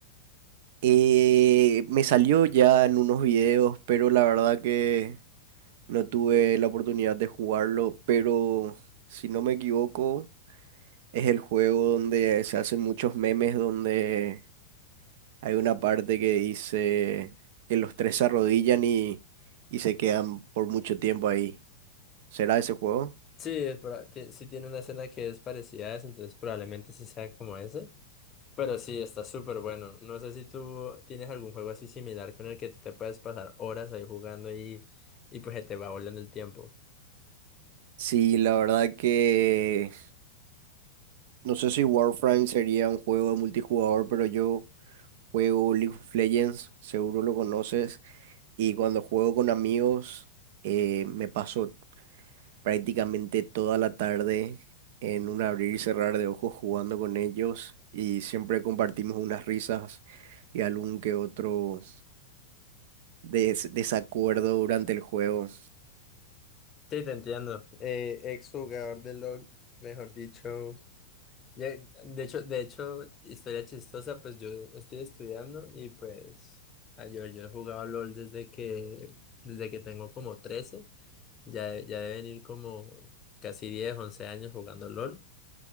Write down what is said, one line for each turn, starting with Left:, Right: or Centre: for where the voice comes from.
Right: Eh, me salió ya en unos videos, pero la verdad que no tuve la oportunidad de jugarlo, pero si no me equivoco, es el juego donde se hacen muchos memes, donde hay una parte que dice que los tres se arrodillan y, y se quedan por mucho tiempo ahí. ¿Será ese juego?
Left: Sí, es proba- ti- sí tiene una escena que es parecida a esa, entonces probablemente sí sea como ese. Pero sí, está súper bueno. No sé si tú tienes algún juego así similar con el que tú te puedes pasar horas ahí jugando y, y pues se te va volando el tiempo.
Right: Sí, la verdad que no sé si Warframe sería un juego de multijugador, pero yo... Juego League of Legends, seguro lo conoces. Y cuando juego con amigos, eh, me paso prácticamente toda la tarde en un abrir y cerrar de ojos jugando con ellos. Y siempre compartimos unas risas y algún que otro des- desacuerdo durante el juego.
Left: Sí, te entiendo. Eh, ex jugador de LOL, mejor dicho. Ya, De hecho, de hecho, historia chistosa, pues yo estoy estudiando y pues ah, yo, yo he jugado LOL desde que, desde que tengo como 13, ya, ya deben ir como casi 10, 11 años jugando LOL